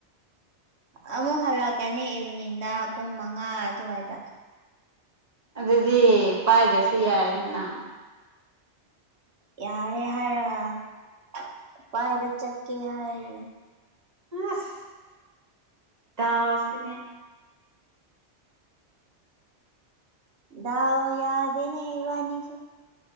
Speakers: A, on the right; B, on the right.
A: ꯑꯃꯨꯛ ꯍꯜꯂꯛꯀꯅꯤ ꯏꯚꯤꯅꯤꯡꯗ ꯄꯨꯡ ꯃꯉꯥ ꯑꯗꯨꯋꯥꯏꯗ
B: ꯑꯗꯨꯗꯤ ꯄꯥꯏꯗ꯭ꯔꯁꯨ ꯌꯥꯅꯤꯅ
A: ꯌꯥꯔꯦ ꯍꯥꯏꯔꯒ ꯄꯥꯏꯕ ꯆꯠꯀꯦ ꯍꯥꯏꯔꯤ
B: ꯑꯁ ꯗꯥꯎꯁꯤꯗꯤ
A: ꯗꯥꯎ ꯌꯥꯗꯦꯅꯦ ꯏꯕꯅꯤꯁꯦ